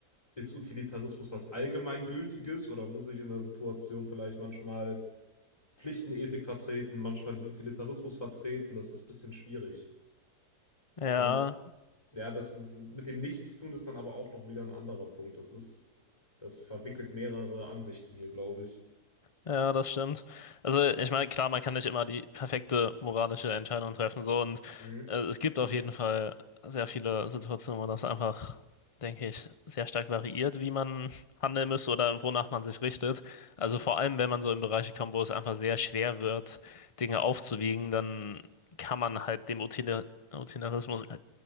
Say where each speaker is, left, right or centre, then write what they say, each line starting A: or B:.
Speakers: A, on the left; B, on the left.
A: ist Utilitarismus was Allgemeingültiges oder muss ich in der Situation vielleicht manchmal Pflichtenethik vertreten, manchmal den Utilitarismus vertreten? Das ist ein bisschen schwierig.
B: Ja.
A: Aber ja, das ist, mit dem Nichtstun ist dann aber auch noch wieder ein anderer Punkt. Das ist, das verwickelt mehrere Ansichten hier, glaube ich.
B: Ja, das stimmt. Also, ich meine, klar, man kann nicht immer die perfekte moralische Entscheidung treffen, so und
A: Mhm.
B: äh, es gibt auf jeden Fall sehr viele Situationen, wo das einfach, denke ich, sehr stark variiert, wie man handeln müsste oder wonach man sich richtet. Also vor allem, wenn man so in Bereiche kommt, wo es einfach sehr schwer wird, Dinge aufzuwiegen, dann kann man halt dem Utili Utilitarismus, äh,